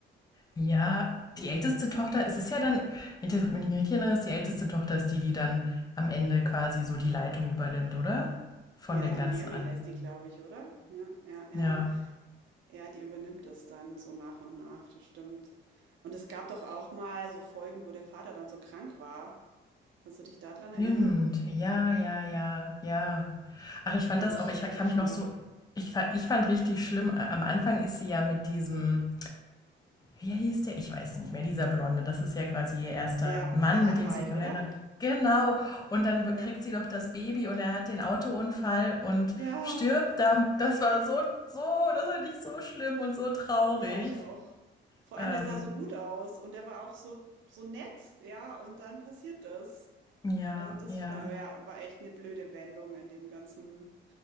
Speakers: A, on the left; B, on the right.
A: ja, die älteste Tochter, es ist ja dann, wenn ich, das- wenn ich mich richtig erinnere, ist die älteste Tochter ist die, die dann am Ende quasi so die Leitung übernimmt, oder? Von
B: Ja,
A: dem
B: die
A: ganzen
B: Mary
A: Anhang.
B: heißt die, glaube ich, oder? Ja, ja, ja.
A: Ja.
B: Ja, die übernimmt es dann so nach und nach, das stimmt. Und es gab doch auch mal so Folgen, wo der Vater dann so krank war. Kannst du dich daran erinnern?
A: Stimmt, ja, ja, ja, ja.
B: Das
A: Ach, ich fand
B: fand
A: das
B: ich
A: auch, ich,
B: richtig
A: ich habe mich
B: schlimm.
A: noch so, ich, fa- ich fand richtig schlimm, a- am Anfang ist sie ja mit diesem, wie hieß der? Ich weiß es nicht mehr, dieser Blonde, das ist ja quasi ihr erster
B: Ja,
A: Mann,
B: der
A: mit
B: Anwalt,
A: dem sie verheiratet.
B: oder?
A: Genau, und dann be-
B: Ja.
A: kriegt sie doch das Baby und er hat den Autounfall und
B: Ja,
A: stirbt da. Das war so, so, das war nicht so schlimm und so traurig.
B: ja, ich auch. Vor
A: Ähm,
B: allem, der sah so gut aus und der war auch so, so nett, ja, und dann passiert das.
A: ja,
B: Also das
A: ja.
B: war, ja, war echt eine blöde Wendung in dem ganzen,